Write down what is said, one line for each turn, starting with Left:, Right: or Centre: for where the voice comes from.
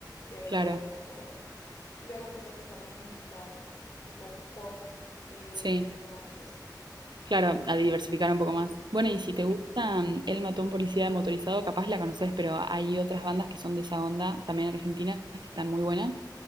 Left: pero
Right: claro.
Left: o, luego empecé a escuchar más música tipo pop, eh,
Right: Sí,
Left: reggaetón y eso.
Right: claro, a diversificar un poco más. Bueno,
Left: Ujú.
Right: y si te gusta mm, El Matón Policía Motorizado, capaz la conoces, pero hay otras bandas que son de esa onda, también argentinas, que están muy buenas,